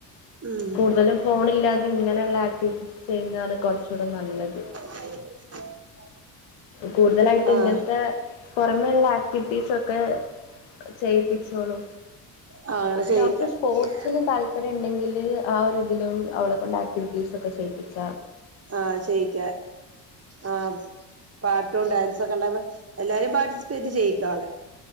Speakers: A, on the right (about 30°); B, on the left (about 70°).
A: ഉം
B: കൂടുതലും ഫോണില്ലാതെ ഇങ്ങനെയുള്ള ആക്ടിവിറ്റീസ് ചെയ്യുന്നതാണ് കുറച്ചുകൂടെ നല്ലത്
A: <unintelligible>
B: കൂടുതലായിട്ട്
A: ആഹ്
B: ഇങ്ങനത്തെ പുറമേള്ള ആക്ടിവിറ്റീസ് ഒക്കെ ചെയ്യിപ്പ ചളൂ
A: ആഹ് അങ്ങനെ ചെയ്യിക്ക
B: നമുക്ക് സ്പോർട്സിന് താല്പര്യം ഉണ്ടെങ്കില് ആ ഒരു എതിലും അവളെ കൊൊണ്ട് ആക്ടിവിറ്റീസ് ഒക്കെ ചെയ്യിപ്പിച്ച
A: ആഹ ചെയക്ക ആഹ് പാട്ടും ഡാൻസ ഒക്കെ ഉണ്ടാവുമ്പോ എല്ലാരും പാർട്ടിസിപ്പേറ്റ് ചെയ്യിക്കളെ.